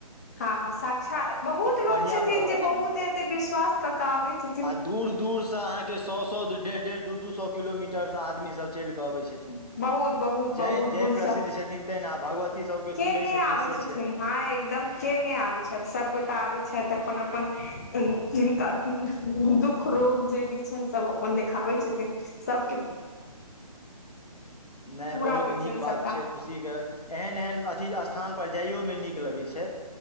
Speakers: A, on the left; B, on the left.
A: हँ हँ साक्षात बहुत
B: बढ़िआँ
A: लोग छथिन
B: प्रभाव
A: जे बहुत
B: छनि
A: एते विश्वास क के आबैत
B: आ दूर दूर से अहाँके सए सए डेढ़ डेढ़ दू दू सए किलोमीटरसँ आदमी सब चलिकऽ अबै छथिन
A: बहुत बहुत
B: जै
A: बहुत
B: जै
A: बुझ
B: प्रसिद्ध छथिन तें आ भगवती सबके
A: के
B: सुनै
A: नहि
B: छथिन
A: आबै
B: से छै
A: हँ एकदम के नहि आबै छथि सभगोटा आबै छैथ अपन अपन जिनका दुःख रोग जे भी छैन सब अपन देखाबै छथिन सभके
B: नहि
A: पूरा
B: बहुत
A: होइ
B: नीक
A: छनि
B: बात
A: सभटा
B: छै खुशीके एहन एहन अथी स्थानपर जाइओमे नीक लगै छै